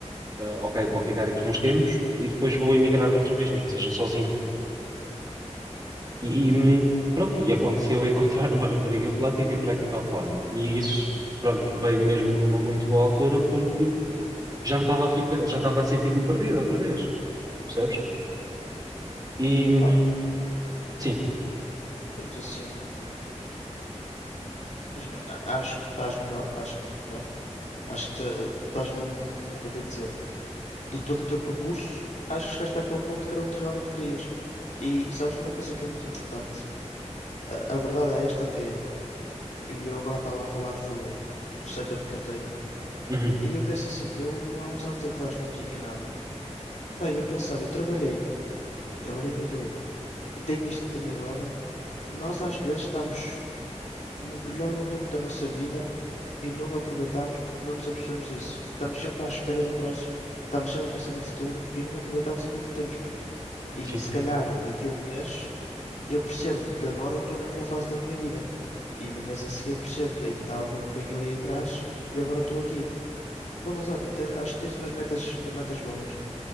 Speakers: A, on the right; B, on the left.
A: eh, ok, vou ficar aqui uns tempos e depois vou emigrar outra vez, nem que seja sozinho. E hum, pronto, e aconteceu <laughs> encontrar uma rapariga polaca e vir para aqui para a Polónia. E isso, pronto, veio mesmo numa muito boa altura porque já me estava a ficar, já estava a sentir-me perdido outra vez, percebes? E hum,
B: Pá,
A: sim,
B: temos assim. Imagina, a- acho que estás melhor, acho que, né? Acho que te- estás num. Como é que eu ia dizer? De todo o teu percurso, acho que chegaste àquele ponto que era o que tu realmente querias, pá. E sabes uma coisa que é muito importante? A, a verdade é esta que é. E eu agora estava a falar do, do setup que eu tenho.
A: uhum,
B: E eu penso assim, eu há uns anos atrás não tinha nada. Pá, eu pensar, eu trabalhei, eu trabalhei no duro e tenho isto que tenho agora. Nós às vezes estamos no melhor momento da nossa vida e não aproveitamos porque não nos apercebemos disso. Porque estamos sempre à espera do próximo, estamos sempre a pensar no futuro e não aproveitamos aquilo que temos, pá. E
A: sim.
B: se calhar daqui a um mês eu percebo-me que agora estou na melhor fase da minha vida. E no mês a seguir percebo, aí estava mesmo bem ali atrás e agora estou aqui. Pá, mas olha, ter- acho que tens umas metas, umas metas boas.